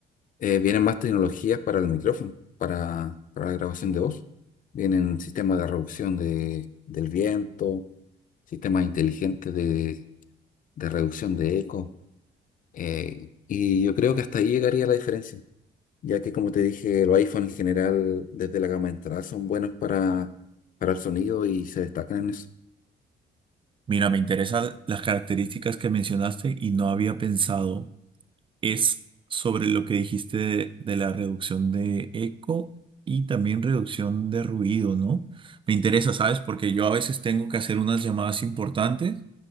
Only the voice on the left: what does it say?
eh, vienen más tecnologías para el micrófono, para, para la grabación de voz. Vienen sistemas de reducción de, del viento, sistemas inteligentes de, de reducción de eco. eh, y yo creo que hasta ahí llegaría la diferencia, ya que como te dije, los iPhones en general desde la gama de entrada son buenos para, para el sonido y se destacan en eso.